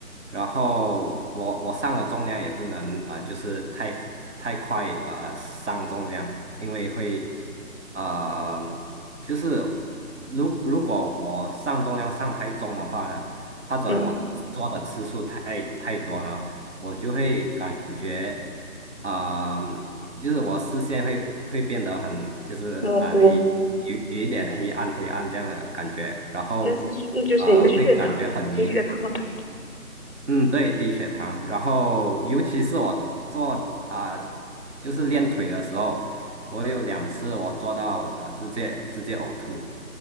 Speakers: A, on the right; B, on the left.
A: 然后我我上了重量也不能啊、就是太太快啊、上重量，因为会啊、就是如如果我上重量上太重的话呢，或者我做的次数太太多了。
B: 嗯，
A: 我就会感觉，啊、就是我视线会会变得很，就是啊黑，
B: 模糊。
A: 有有一点黑暗黑暗这样的感觉，然后
B: 那是那就是你的血糖低血糖了吧？
A: 啊、会感觉很晕，嗯，对，低血糖，然后尤其是我做啊、就是练腿的时候，我有两次我做到呃直接直接呕吐，